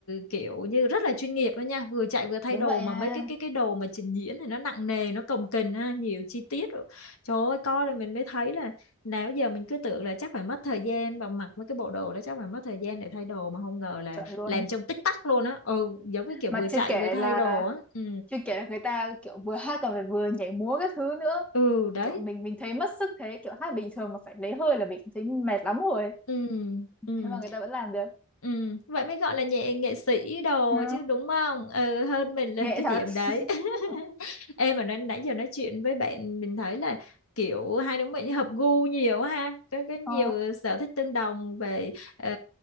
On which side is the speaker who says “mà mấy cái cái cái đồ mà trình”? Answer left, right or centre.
Left